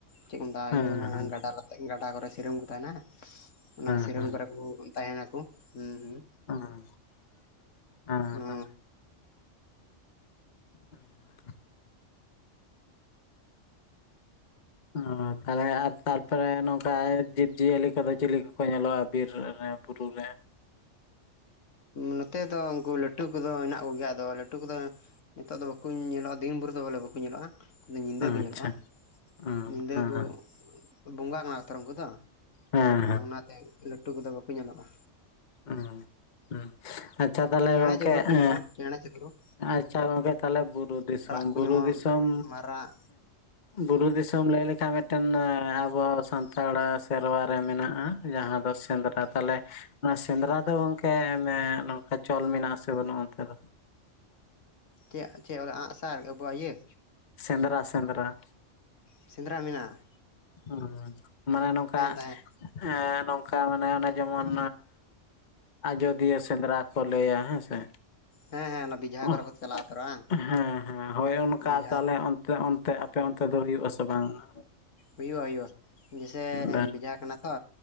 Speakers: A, on the left; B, on the left.
A: ᱪᱮᱫ ᱠᱚ ᱢᱮᱛᱟᱜ
B: ᱦᱮᱸ ᱦᱮᱸ
A: ᱜᱟᱰᱟ <unintelligible> ᱜᱟᱰᱟ ᱠᱚᱨᱮ ᱥᱤᱨᱟᱹᱢ ᱠᱚ ᱛᱟᱦᱮᱱᱟ ᱚᱱᱟ ᱥᱤᱨᱟᱹᱢ
B: ᱦᱮᱸ
A: ᱠᱚᱨᱮ ᱠᱩ ᱛᱟᱦᱮᱱᱟ ᱠᱚ ᱦᱩᱸ ᱦᱩᱸ
B: <unintelligible>
A: ᱚ
B: <unintelligible> ᱚ ᱛᱟᱦᱚᱞᱮ ᱟᱨ ᱛᱟᱨᱯᱚᱨᱮ ᱱᱚᱝᱠᱟ ᱡᱤᱵᱽ ᱡᱤᱭᱟᱹᱞᱤ ᱠᱚᱫᱚ ᱪᱤᱞᱤ ᱠᱚᱠᱚ ᱧᱮᱞᱚᱜᱼᱟ ᱵᱤᱨ ᱨᱮ ᱵᱩᱨᱩ ᱨᱮ
A: ᱱᱚᱛᱮ ᱫᱚ ᱩᱱᱠᱩ ᱞᱟᱹᱴᱩ ᱠᱚᱫᱚ ᱦᱮᱱᱟᱜ ᱠᱚᱜᱮᱭᱟ ᱟᱫᱚ ᱞᱟᱹᱴᱩ ᱠᱚᱫᱚ ᱱᱤᱛᱚᱜ ᱫᱚ ᱵᱟᱠᱩ ᱧᱮᱞᱚᱜᱼᱟ ᱫᱤᱱ ᱵᱷᱳᱨ ᱫᱚ ᱵᱚᱞᱮ ᱵᱟᱠᱩ ᱧᱮᱞᱚᱜᱼᱟ ᱩᱱᱠᱩᱫᱚ ᱧᱤᱫᱟᱹ
B: ᱟᱪᱪᱷᱟ
A: ᱠᱚ ᱧᱮᱞᱚᱜᱼᱟ
B: ᱚ ᱦᱮᱸ
A: ᱧᱤᱫᱟᱹ
B: ᱦᱮᱸ
A: ᱠᱚ ᱵᱚᱸᱜᱟ ᱠᱟᱱᱟ ᱠᱚ ᱛᱚ ᱩᱱᱠᱩ ᱫᱚ
B: ᱦᱮᱸ
A: ᱚᱱᱟᱛᱮ ᱞᱟᱹᱴᱩ ᱠᱚᱫᱚ ᱵᱟᱠᱚ ᱧᱮᱞᱚᱜᱼᱟ
B: ᱦᱩ ᱦᱩᱸ ᱟᱪᱪᱷᱟ ᱛᱟᱦᱚᱞᱮ
A: ᱪᱮᱬᱮ
B: ᱜᱚᱝᱠᱮ
A: ᱪᱤᱯᱨᱩ ᱠᱚ ᱧᱮᱞᱚᱜᱼᱟ
B: ᱮ
A: ᱪᱮᱬᱮ ᱪᱩᱯᱨᱩ
B: ᱟᱪᱪᱷᱟ ᱜᱚᱝᱠᱮ ᱛᱟᱦᱞᱮ ᱵᱩᱨᱩ ᱫᱤᱥᱚᱢ
A: ᱠᱚ
B: ᱵᱩᱨᱩ
A: ᱧᱟᱢᱚᱜᱼᱟ
B: ᱫᱤᱥᱚᱢ
A: ᱢᱟᱨᱟᱜ
B: ᱵᱩᱨᱩ ᱫᱤᱥᱚᱢ ᱞᱟᱹᱭ ᱞᱮᱠᱷᱟᱱ ᱢᱤᱫᱴᱮᱱ ᱟᱵᱚ ᱥᱟᱱᱛᱟᱲ ᱥᱮᱨᱣᱟ ᱨᱮ ᱢᱮᱱᱟᱜᱼᱟ ᱡᱟᱦᱟᱸ ᱫᱚ ᱥᱮᱸᱫᱽᱨᱟ ᱛᱟᱦᱞᱮ ᱱᱚᱣᱟ ᱥᱮᱸᱫᱽᱨᱟ ᱫᱚ ᱜᱚᱝᱠᱮ ᱱᱚᱝᱠᱟ ᱪᱚᱞ ᱢᱮᱱᱟᱜ ᱟᱥᱮ ᱵᱟᱹᱱᱩᱜᱼᱟ ᱚᱱᱛᱮ ᱫᱚ
A: ᱪᱮᱫ ᱪᱮᱫ ᱚᱱᱟ ᱟᱜᱼᱥᱟᱨ ᱟᱵᱚᱣᱟᱜ ᱤᱭᱟᱹ
B: ᱥᱮᱸᱫᱽᱨᱟᱼ ᱥᱮᱸᱫᱽᱨᱟ
A: ᱥᱮᱸᱫᱽᱨᱟ ᱢᱮᱱᱟᱜ-ᱟ
B: ᱦᱮ ᱢᱟᱱᱮ ᱱᱚᱝᱠᱟ
A: ᱛᱟᱦᱮᱸ
B: ᱮ ᱱᱚᱝᱠᱟ ᱢᱟᱱᱮ ᱚᱱᱮ ᱡᱮᱢᱚᱱ ᱟᱡᱚᱫᱤᱭᱟᱹ ᱥᱮᱸᱫᱽᱨᱟ ᱠᱚ ᱞᱟᱹᱭᱟ ᱦᱮ ᱥᱮ
A: ᱦᱮᱸ ᱦᱮᱸ ᱚᱱᱟ ᱵᱮᱡᱷᱟ
B: ᱚᱦ
A: ᱠᱚᱨᱮ ᱠᱚ ᱪᱟᱞᱟᱜᱼᱟ ᱛᱚ ᱵᱟᱝ
B: ᱦᱮ ᱦᱮ ᱦᱳᱭ ᱚᱱᱠᱟ
A: ᱵᱮᱡᱷᱟ
B: ᱛᱟᱦᱚᱞᱮ ᱚᱱ ᱟᱯᱮᱭᱟᱜ ᱚᱱᱛᱮ ᱟᱯᱮ ᱚᱱᱛᱮ ᱫᱚ ᱦᱩᱭᱩᱜ-ᱟᱥᱮ ᱵᱟᱝ ᱟ
A: ᱦᱩᱭᱩᱜ-ᱟ ᱦᱩᱭᱩᱜ-ᱟ ᱡᱮᱥᱮ
B: ᱵᱟᱨ
A: ᱵᱮᱡᱟ ᱠᱟᱱᱟ ᱛᱚ